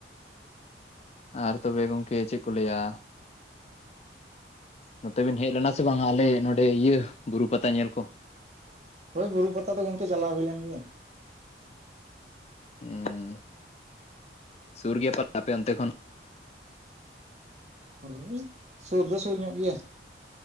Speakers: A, on the left; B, on the right.
A: ᱟᱨ ᱛᱚᱵᱮ ᱜᱚᱝᱠᱮ ᱪᱮᱜ ᱠᱚ ᱞᱟᱹᱭᱟ ᱱᱚᱛᱮ ᱵᱤᱱ ᱦᱮᱡ ᱞᱮᱱᱟ ᱥᱮ ᱵᱟᱝᱟ ᱟᱞᱮ ᱱᱚᱸᱰᱮ ᱤᱭᱟᱹ ᱵᱩᱨᱩ ᱯᱟᱛᱟ ᱧᱮᱞ ᱠᱚ
B: ᱦᱳᱭ ᱵᱩᱨᱩ ᱯᱟᱛᱟ ᱫᱚ ᱜᱚᱝᱠᱮ ᱪᱟᱞᱟᱣ ᱦᱩᱭ ᱞᱮᱱ ᱜᱮᱭᱟ᱾
A: ᱦᱩᱸ ᱥᱩᱨ ᱜᱮᱭᱟ ᱯᱟᱞ ᱟᱯᱮ ᱚᱱᱛᱮ ᱠᱷᱚᱱ?
B: ᱦᱳᱭ ᱥᱩᱨ ᱫᱚ ᱥᱩᱨ ᱧᱚᱜ ᱜᱮᱭᱟ